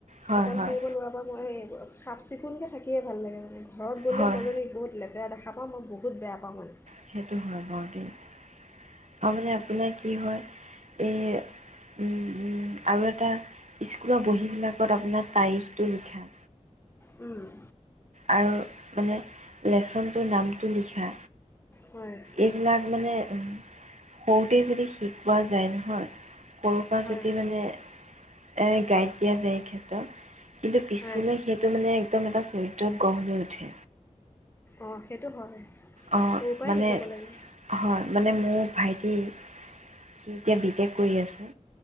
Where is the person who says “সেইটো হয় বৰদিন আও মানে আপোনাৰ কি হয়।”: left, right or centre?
Right